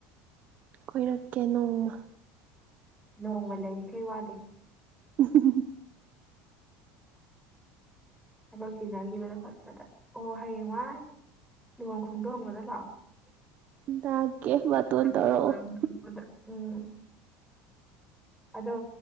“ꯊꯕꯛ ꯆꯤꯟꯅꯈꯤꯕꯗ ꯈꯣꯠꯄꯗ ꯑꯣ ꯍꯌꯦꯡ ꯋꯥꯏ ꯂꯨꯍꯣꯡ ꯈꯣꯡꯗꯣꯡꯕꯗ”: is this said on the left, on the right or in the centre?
Centre